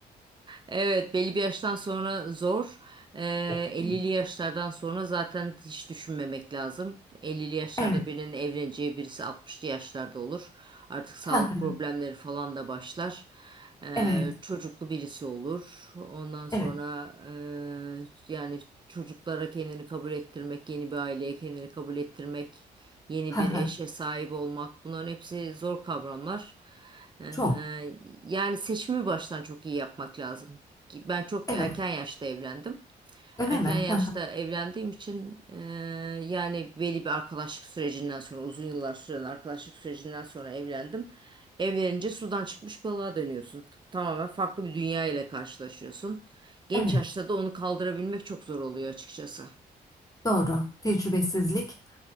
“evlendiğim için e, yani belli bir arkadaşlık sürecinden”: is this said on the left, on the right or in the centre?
Right